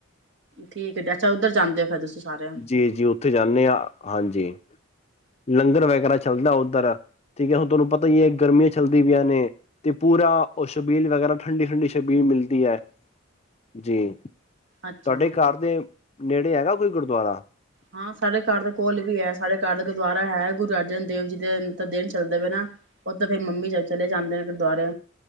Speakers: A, on the right (about 60°); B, on the left (about 30°).
A: ਠੀਕ ਹੈ ਅੱਛਾ ਉੱਧਰ ਜਾਂਦੇ ਹੋ ਫਿਰ ਤੁਸੀਂ ਸਾਰੇ
B: ਜੀ ਜੀ ਉੱਥੇ ਜਾਂਨੇ ਹਾਂ। ਹਾਂਜੀ ਲੰਗਰ ਵਗੈਰਾ ਚੱਲਦਾ ਉੱਧਰ ਠੀਕ ਏ। ਹੁਣ ਤੁਹਾਨੂੰ ਪਤਾ ਈ ਏ। ਗਰਮੀ ਚੱਲਦੀ ਪਿਆਂ ਨੇ ਤੇ ਪੂਰਾ ਉਹ ਸ਼ਬੀਲ ਵਗੈਰਾ ਠੰਡੀ ਠੰਡੀ ਸ਼ਬੀਲ ਮਿਲਦੀ ਹੈ। ਜੀ
A: ਅੱਛਾ
B: ਤੁਹਾਡੇ ਘਰ ਦੇ ਨੇੜੇ ਹੈਗਾ। ਕੋਈ ਗੁਰ ਬ <inaudible>
A: ਹਾਂ ਸਾਡੇ ਘਰ ਦੇ ਕੋਲ ਵੀ ਏ। ਸਾਡੇ ਘਰ ਦਾ ਗੁਰਦੁਆਰਾ ਹੈ। ਗੁਰੂ ਅਰਜਨ ਦੇਵ ਜੀ ਦੇ ਦਿਨ ਚੱਲਦੇ ਪਏ ਨਾ ਉਦਰ ਫੇਿਰ ਮੰਮੀ ਚਲੇ ਜਾਂਦੇ ਨੇ ਗੁਰਦੁਆਰੇ।